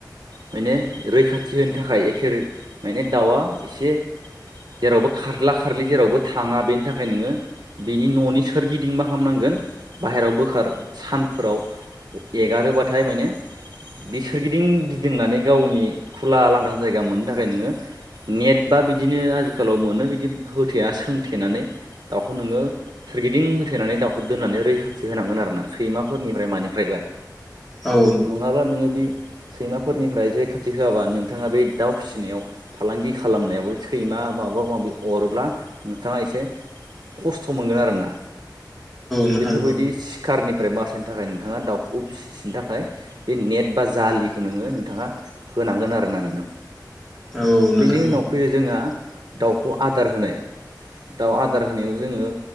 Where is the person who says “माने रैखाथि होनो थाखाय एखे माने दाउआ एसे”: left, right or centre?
Right